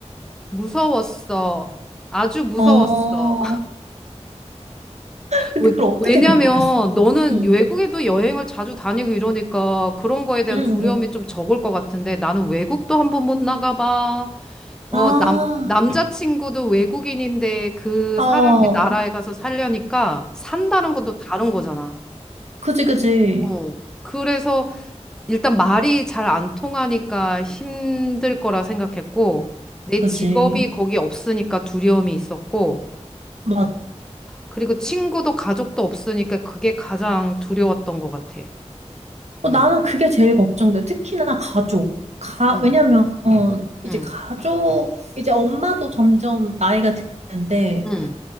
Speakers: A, in the centre; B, on the right.
A: 무서웠어. 아주 무서웠어.
B: 어, 근데
A: 왜-
B: 그걸 어떻게
A: 왜냐면
B: 극복했어?
A: 너는
B: 응.
A: 외국에도 여행을 자주 다니고 이러니까 그런 거에 대한
B: 응,
A: 두려움이
B: 응.
A: 좀 적을 것 같은데 나는 외국도 한 번 못 나가봐. 어,
B: 아,
A: 남, 남자친구도 외국인인데 그
B: 어,
A: 사람이
B: 어.
A: 나라에 가서 살려니까 산다는 건 또 다른 거잖아.
B: 그지, 그지.
A: 어. 그래서 일단 말이 잘 안 통하니까 힘들 거라 생각했고 내
B: 그지.
A: 직업이 거기 없으니까 두려움이 있었고
B: 맞.
A: 그리고 친구도 가족도 없으니까 그게 가장 두려웠던 것 같아.
B: 어,
A: 어,
B: 나는 그게 제일 걱정돼. 특히나 가족. 가,
A: 응,
B: 왜냐면, 어, 이제
A: 응,
B: 가족, 이제 엄마도 점점 나이가 드는데,
A: 응.